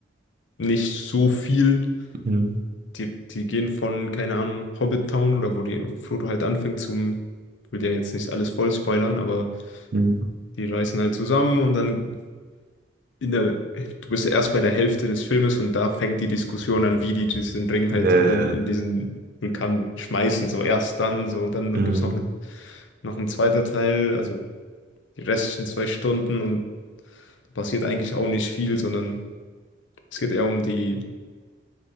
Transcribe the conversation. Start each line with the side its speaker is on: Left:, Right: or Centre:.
Left: nicht so viel.
Right: mhm.
Left: Die, die gehen von, keine Ahnung, Hobbit Town oder wo, die, wo Frodo halt anfängt zum, ich will ja jetzt nicht alles voll spoilern, aber
Right: Mhm.
Left: die reisen halt zusammen und dann in der, du bist ja erst bei der Hälfte des Filmes und da fängt die Diskussion an, wie die diesen Ring
Right: Nee.
Left: halt in, in diesen Vulkan schmeißen, so erst dann, so und dann
Right: hm
Left: gibt es noch eine, noch ein zweiter Teil, also die restlichen zwei Stunden und passiert eigentlich auch nicht viel, sondern es geht eher um die,